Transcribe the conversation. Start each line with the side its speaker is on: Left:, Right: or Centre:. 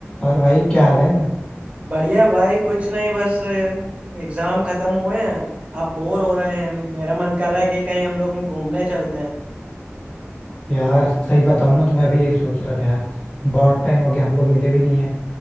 Left: और भाई क्या हाल है
Right: बढ़िया भाई कुछ नहीं बस एग्जाम खत्म हुए हैं आप बोर हो रहे हैं मेरा मन कर रहा है कि कहीं हम लोग घूमने चलते हैं
Left: यार सही बताऊं ना तो मैं भी यही सोच रहा था यार बहुत टाइम हो गया हम लोग मिले भी नहीं है